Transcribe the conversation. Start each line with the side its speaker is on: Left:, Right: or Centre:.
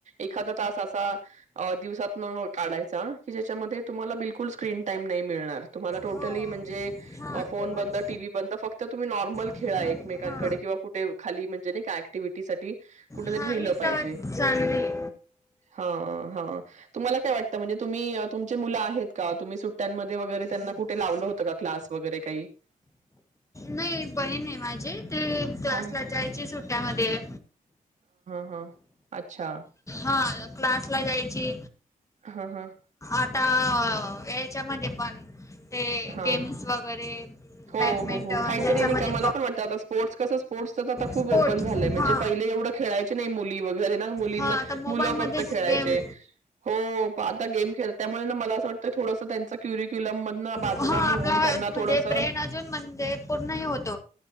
Right: एखा त असा दिवसात मग काढायचा की ज्याच्यामध्ये तुम्हाला बिलकुल स्क्रीन टाईम नाही मिळणार तुम्हाला
Left: हो
Right: म्हणजे
Left: हा
Right: फोन
Left: तेव्हाच
Right: बंद टीव्ही बंद फक्त तुम्ही नॉर्मल खेळा
Left: मला-
Right: एकमेकांकडे
Left: हा
Right: किंवा कुठे खाली म्हणजे नाही ऍक्टिव्हटी साठी कुठ तरी
Left: हा
Right: नेलं
Left: ही सवय
Right: पाहिजे
Left: चांगली
Right: हा हा तुम्हाला काय वाटतं म्हणजे तुम्ही? तुमची मुले आहेत का त्यांना सुट्टीन मध्ये वगैरे कुठे लावलं होतं का क्लासला वगैरे काही.
Left: नाही बहीण आहे माझी ते क्लासला
Right: हां.
Left: जायचे सुट्ट्यामध्ये.
Right: हा अच्छा!
Left: हा क्लास ला जायची.
Right: हां हां
Left: आता याच्यामध्ये पण ते
Right: हां.
Left: गेम्स वगैरे.
Right: हो
Left: बॅडमिंटन
Right: हो हो काहीतरी
Left: त्याच्यामध्ये
Right: नाही का मला पण वाटता स्पोर्ट कस स्पोर्टचता खूप
Left: स्पोर्ट्स
Right: ओपन झालंय म्हणजे
Left: हा
Right: पहि. एवढं खेळायच नाही मुली वगैरे ना मुली.
Left: हा आता मोबाईलमध्येच
Right: मुलं फक्त खेळायचे.
Left: गेम
Right: हो आता गेम खेळत त्यामुळे मला असं वाटतं थोडंसं त्यांच क्युरिक्युलम मध बाजूला
Left: हा
Right: घेऊन.
Left: आपला
Right: त्यांना
Left: म्हणजे
Right: थोडस.
Left: ब्रेन म्हणजे पूर्ण होत